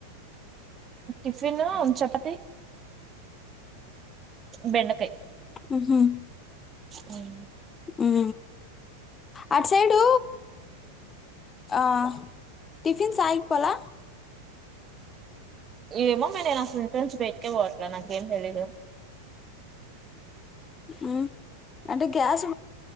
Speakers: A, on the right; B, on the left.
A: టిఫ్ చిన్న చపాతి బెండకాయ
B: ఉహు
A: హ్మ్
B: ఉ అంట్ సైడు ఆ టిఫిన్ సాగిపోలా
A: ఏమో మె నేను అసలు ఇంట్లో నుంచి బయటకే పోవట్ల నా ఏం తెలీదు
B: ఉ అంటే గ్యాస్